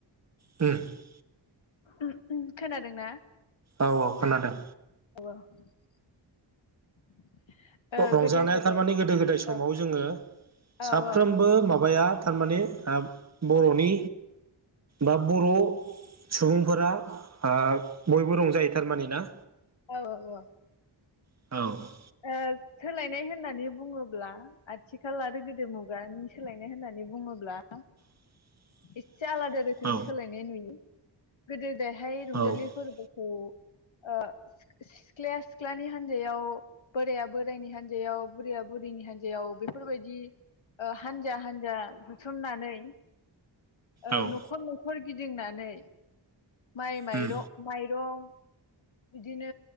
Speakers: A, on the right (about 35°); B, on the left (about 80°).
A: उम औ
B: उम उम खोनादोंना?
A: औ औ खोनादों।
B: <unintelligible>
A: रंजानाया
B: गोदाय
A: थारमाने गोदो गोदाय समाव
B: औ
A: जोंङो
B: औ
A: साफ्रोमबो
B: औ
A: माबाया थारमाने ओ बर'नि बा बर' सुबुंफोरा ओ बयबो रंजायो थारमाने ना?
B: औ औ औ
A: औ
B: ओ सोलायनाय होननानै बुंङोब्ला आथिखाल आरो गोदो मुगानि सोलायनाय होननानै बुंङोब्ला
A: <inaudible>
B: एसे आलादा रोखोमबो
A: औ
B: सोलायनाय नुयो गोदो दायहाय रंजालिफोरबो
A: औ
B: उ ओ सिख सिख्लाया सिख्लानि हान्जायाव बोराया बोरायनि हान्जायाव बुरैया बुरिनि हान्जायाव बेफोरबायदि ओ हानजा हानजा जुथुमनानै ओ
A: औ
B: न'खर न'खर गिदिंनानै माइ माइरं
A: उम
B: माइरं बिदिनो